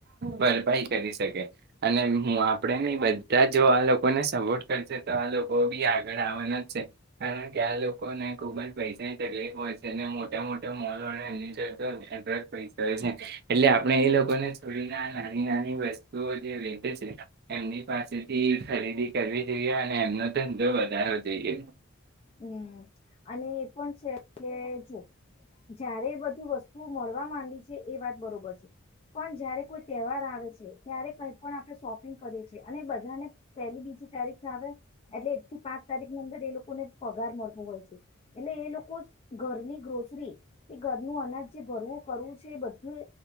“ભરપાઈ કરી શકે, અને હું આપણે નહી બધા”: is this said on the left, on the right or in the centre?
Right